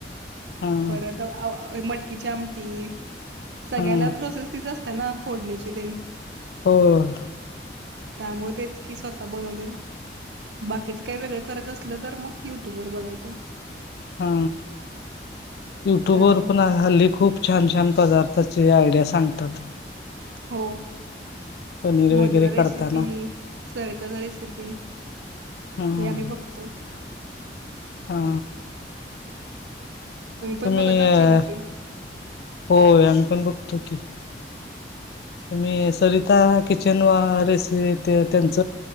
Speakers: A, on the left (about 60°); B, on the right (about 80°).
A: हां
B: परत मटकीची आमटी सगळ्याला
A: हां
B: प्रोसेस तीच असते... त्यांना फोडणीचे तेन
A: हो....
B: त्यामुळे तेच की स्वतः बनवलेलं... बाकीच काही वेगळं करत असलं तर, मग युट्यूब वर बघायचं...
A: हा युट्युबवर
B: त्यामुळे
A: पण हल्ली खूप... छान छान पदार्थाचे आयडिया सांगतात....
B: हो
A: पनीर
B: मधुरा
A: वगैरे करताना
B: रेसिपी सरिताज रेसिपी...
A: हां
B: हे आम्ही बघतो....
A: हा...
B: पण
A: तुम्ही
B: बघत असशीला
A: अ
B: की
A: हो आम्ही पण बघतो की.... तुम्ही सरिता किचन वा रेसि त्यांच